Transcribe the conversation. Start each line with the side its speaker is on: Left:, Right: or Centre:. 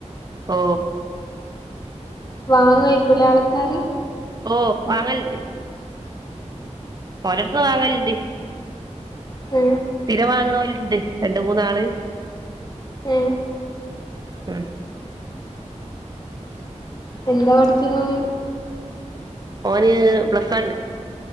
Right: ഓ
Left: വാങ്ങുവായിരിക്കൂലെ ആൾക്കാര്
Right: ഓഹ വാങ്ങലുണ്ട് ഓരിടത്തന്ന് വാങ്ങലുണ്ട്
Left: മ്
Right: സ്ഥിരം വാങ്ങണവർ ഉണ്ട് രണ്ട മൂന്നാള്
Left: മ്
Right: <inaudible>
Left: എന്താ പഠിക്കുന്നോന്
Right: ഓന് പ്ലസ് വണ്